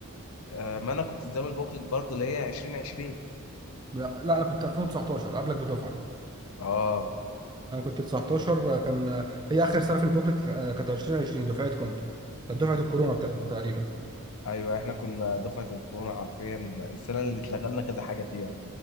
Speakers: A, on the left; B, on the right.
A: آه ما أنا كنت نظام البوكلت برضه اللي هي 2020
B: لا لا، انا كنت 2019 قبلك بدفعه
A: آه
B: انا كنت 19 كان هي اخر سنه في البوكلت آه، كانت 2020 دفعه كنت كانت دفعه الكورونا بتاعتكم تقريبا
A: ايوه احنا كنا دفعه الكورونا حرفيا السنه اللي اتلغى لنا كذا حاجه فيها